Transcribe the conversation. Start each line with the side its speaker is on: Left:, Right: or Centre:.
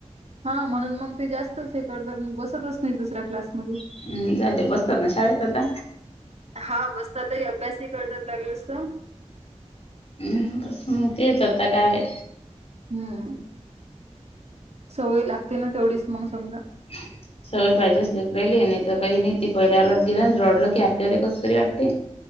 Right: हा म्हणून मग ते जास् तच हे करतात बसतच नाही, दुसऱ्या क्लासमध्ये.
Left: हम्म जाऊ दे बसतात ना शाळेत आता
Right: हा बसतातही अभ्यासही करतात लागलस तर.
Left: हम्म बस मग तेच आता काय.
Right: हम्म सवय लागते ना तेवढीच मग समजा.
Left: <inaudible> सगळ पाहिजे असलेच राहिले, नाहीतर काही नाही ते पहिल्या रात गेलं रडलं, की आपल्याला कसंतरी वाटते.